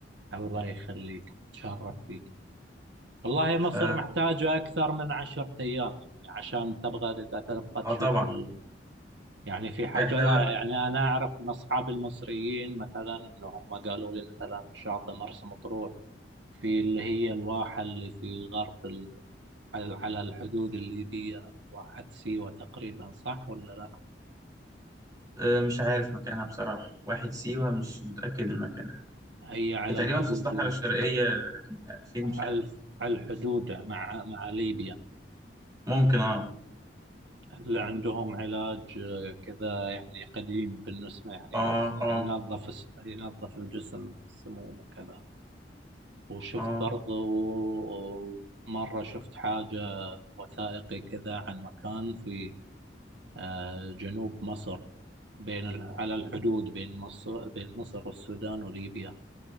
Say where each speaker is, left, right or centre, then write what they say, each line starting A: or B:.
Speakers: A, on the right; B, on the right.
A: الله يخليك نتشرف فيك والله مصر
B: ف
A: محتاجة أكثر من عشرة أيام يعني عشان تبغى إذا تبغى
B: اه
A: تشوف
B: طبعا
A: ال... يعني في حاجة
B: احنا
A: لا
B: بقى
A: يعني أنا أعرف من أصحاب المصريين مثلا إن هم قالوا لي مثلا شاطئ مرسى مطروح في اللي هي الواحة اللي في غرب على على الحدود الليبية واحد سيوة تقريبا صح ولا لا؟
B: آه، مش عارف مكانها بصراحه واحد سيوه مش متاكد من مكانها
A: هي على
B: هي تقريبا
A: الحدود
B: في الصحراء
A: ال...
B: الشرقيه لكن فين
A: على
B: مش عارف
A: على الحدود مع مع ليبيا
B: ممكن اه
A: اللي عندهم علاج آه، كذا يعني قديم بالنسبة يعني
B: اه اه
A: ينظف الس- ينظف الجسم من السموم وكذا وشفت
B: اه
A: برضو مرة شفت حاجة وثائقي كذا عن مكان في آه، جنوب مصر بين ال- على الحدود بين مصر بين مصر والسودان وليبيا